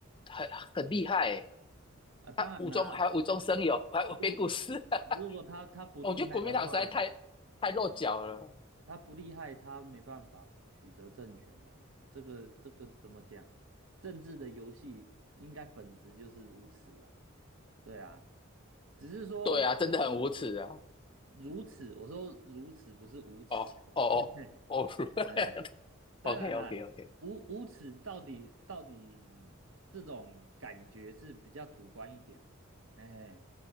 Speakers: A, on the left; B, on the right.
A: 很很厉害欸，
B: 啊，当然啦，
A: 他无中还无中生有，<laughs> 还编故事。
B: 如果如果他他不厉害的话，
A: <laughs> 我觉得国民党实在太太落脚了。
B: 嗯，他不厉害，他没办法取得政权呐、这个这个怎么讲？政治的游戏应该本质就是如此啊。对啊，只是说
A: 对啊，真的很无耻啊！
B: 如此，我说如此不是无耻啊。
A: 哦哦哦哦
B: <laughs> 嗯，
A: <laughs>，OK
B: 当然啦，
A: OK OK，
B: 无无耻到底到底这种感觉是比较主观一点的。哎，